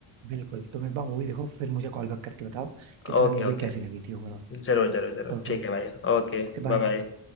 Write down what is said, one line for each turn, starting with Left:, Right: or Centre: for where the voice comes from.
Right: बिल्कुल तुम एक बार मूवी देखो फिर मुझे कॉल बैक करके बताओ कि तुम्हें
Left: ओके
Right: मूवी
Left: ओके
Right: कैसी लगी थी ओवरऑल
Left: जरूर जरूर जरूर
Right: ओके
Left: ठीक है भाई Okay
Right: Okay
Left: bye
Right: bye
Left: bye